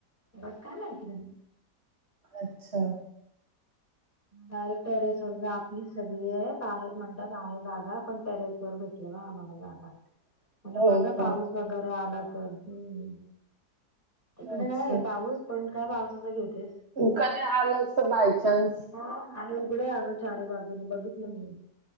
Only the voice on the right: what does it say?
अच्छा.
<inaudible>
का
अच्छा
कधी आलंस बायचान्स.